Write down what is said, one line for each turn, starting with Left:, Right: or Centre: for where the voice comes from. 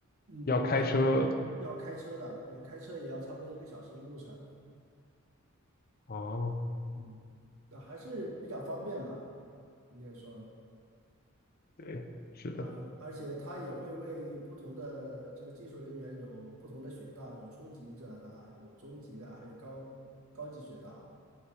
Right: 嗯，
Left: 要开车？
Right: 要开车的，要开车也要差不多一个小时的路程，
Left: 哦。
Right: 嗯，那还是比较方便吧，应该说。
Left: 对，是的，
Right: 呃，而且他也会为不同的这个技术人员有不同的雪道，有初级者的，有中级的，还有高高级雪道